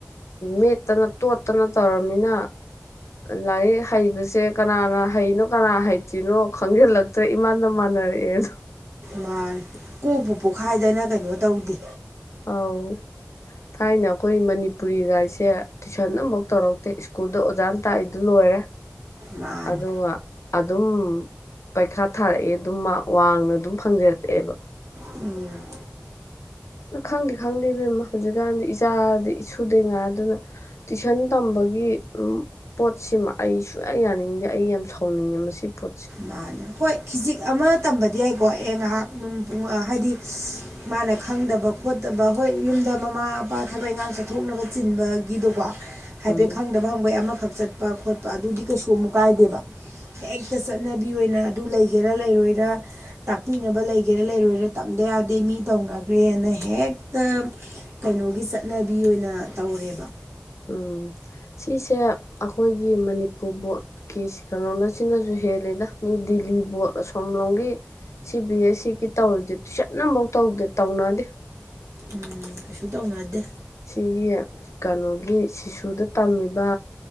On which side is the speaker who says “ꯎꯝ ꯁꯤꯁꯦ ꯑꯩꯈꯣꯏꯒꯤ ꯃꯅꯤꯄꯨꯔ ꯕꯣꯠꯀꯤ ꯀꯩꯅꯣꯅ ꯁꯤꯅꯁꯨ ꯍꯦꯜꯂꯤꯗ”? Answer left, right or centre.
Left